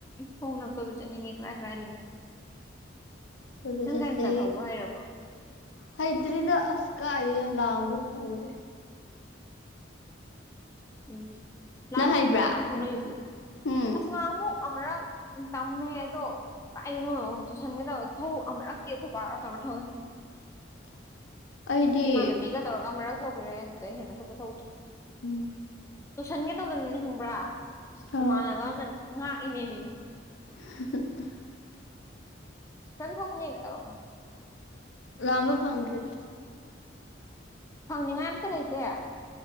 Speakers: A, on the left; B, on the left.
A: ꯍꯣꯡꯅ ꯀꯣꯏꯕ ꯆꯠꯅꯤꯡꯉꯦ ꯀꯔꯥꯏ ꯀꯔꯥꯏꯗꯟ
B: ꯀꯣꯏꯕ
A: ꯅꯪꯒꯥꯥꯏ
B: ꯆꯠꯁꯦ
A: ꯃꯆꯥ ꯊꯧꯕ ꯍꯥꯏꯔꯕꯣ
B: ꯍꯩꯇ꯭ꯔꯤꯗ ꯑꯁ ꯀꯥꯏꯗꯩꯅꯣ ꯂꯥꯝꯕꯨ ꯐꯪꯗꯦ
A: ꯎꯝ ꯂꯥꯝ
B: ꯅꯪ
A: ꯐꯪꯗ꯭ꯔꯅ
B: ꯍꯩꯕ꯭ꯔꯥ
A: ꯂꯥꯝ ꯊꯣꯛꯅꯩꯗꯤ
B: ꯎꯝ
A: ꯑꯁ ꯉꯍ ꯃꯨꯛ ꯑꯃꯔꯛ ꯇꯃꯦ ꯑꯗꯣ ꯀꯥꯏꯗꯅꯣ ꯇꯨꯁꯟꯒꯦ ꯊꯧꯏ ꯊꯧ ꯑꯃꯨꯔꯛꯇꯦ ꯑꯈꯣꯏ ꯕꯥꯒ ꯇꯧꯔ ꯊꯧꯋꯤ
B: <inaudible> ꯑꯩꯗꯤ
A: ꯏꯃꯥꯟꯅꯕꯤꯒ ꯇꯧꯔꯒ ꯑꯃꯔꯛ ꯊꯧꯈ꯭ꯔꯦ ꯑꯗꯨꯗ ꯍꯦꯟꯅ ꯑꯇꯣꯞꯄ ꯊꯧꯗ꯭ꯔꯤ
B: ꯎꯝ
A: ꯇꯨꯁꯟꯒꯦ ꯇꯧꯗꯅꯅꯦ ꯈꯪꯕ꯭ꯔꯥ ꯑꯁ
B: ꯑꯥ
A: ꯏꯃꯥꯟꯅꯕ ꯑꯃꯅ ꯉꯥꯛꯏꯅꯦ ꯃꯤ
B: <inaudible>
A: <unintelligible>
B: ꯂꯝꯕ ꯐꯪꯗ꯭ꯔꯤꯗ
A: ꯐꯪꯅꯤꯡꯉꯥꯏ ꯑꯝꯇ ꯂꯩꯇꯦ